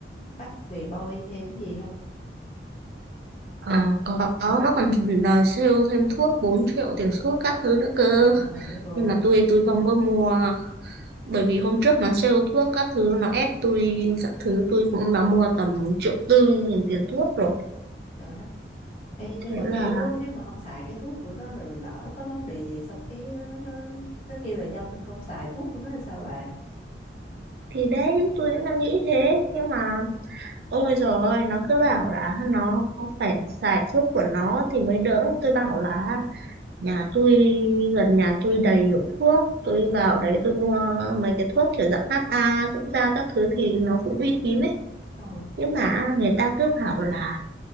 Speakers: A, on the left; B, on the right.
A: bắt về bôi thêm gì không
B: ờ, có nó còn đòi sale thêm thuốc 4 triệu tiền thuốc các thứ nữa cơ
A: trời đất ơi
B: nhưng mà tôi tôi không có mua bởi vì hôm trước nó sale thuốc các thứ nó ép tôi các thứ tôi cũng đã mua tầm triệu tư nghìn tiền thuốc rồi
A: trời đất Ê,
B: thế
A: nhưng mà
B: là
A: kiểu nếu mà không xài cái thuốc của nó rồi lỡ có vấn đề gì xong cái ờ, nó nó kêu là do mình không xài thuốc của nó là sao bà
B: thì đấy tôi cũng đang nghĩ thế nhưng mà ôi giời ơi nó cứ bảo là nó phải xài thuốc của nó thì mới đỡ tôi bảo là nhà tôi gần nhà tôi đầy hiệu thuốc tôi vào đấy tôi mua mấy cái thuốc kiểu dạng HA dưỡng da các thứ thì nó cũng uy tín ấy
A: ừ
B: nhưng mà người ta cứ bảo là